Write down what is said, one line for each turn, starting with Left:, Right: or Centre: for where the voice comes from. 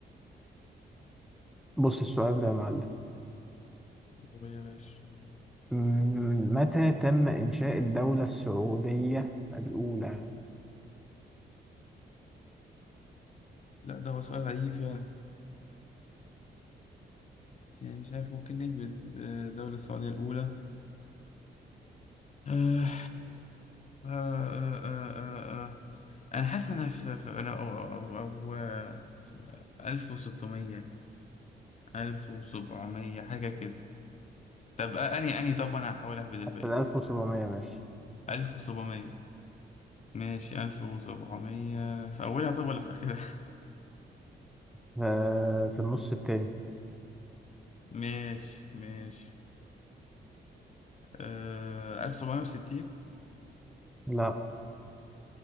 Centre: <laughs> بص السؤال ده يا معلم
Left: والله يا باشا
Centre: مم، متى تم إنشاء الدولة السعودية الأولى؟
Left: لا ده هو سؤال غريب فعلا بس يعني مش عارف ممكن نهبط آه، الدولة السعودية الأولى آه آه آه آه آه. أنا حاسس إن أنا في في- أنا أو أو أو آه، ألف وستمية ألف وسبعمية حاجة كده طب آه، أني أني طب أنا هحاول أهبد الباقي
Centre: في 1700 ماشي
Left: ألف وسبعمية ماشي ألف وسبعمية في أولها طب ولا في آخرها
Centre: ف- في النص التاني
Left: <laughs> ماشي ماشي آه ألف سبعمية وستين
Centre: لا